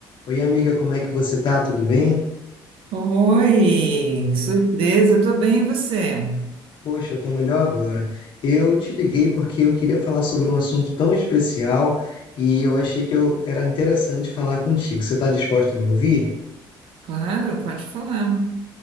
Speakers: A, on the left (about 60°); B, on the right (about 75°).
A: Oi, amiga, como é que você tá? Tudo bem?
B: Oi, que surpresa, eu tô bem, e você?
A: Poxa, eu tô melhor agora. Eu te liguei porque eu queria falar sobre um assunto tão especial e eu achei que eu era interessante falar contigo. Você tá disposta a me ouvir?
B: Claro, pode falar.